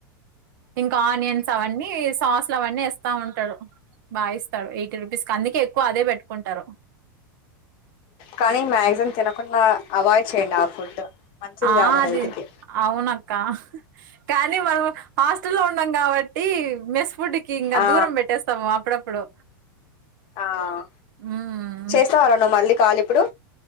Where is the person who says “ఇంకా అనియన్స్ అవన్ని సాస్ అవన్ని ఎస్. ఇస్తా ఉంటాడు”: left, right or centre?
Right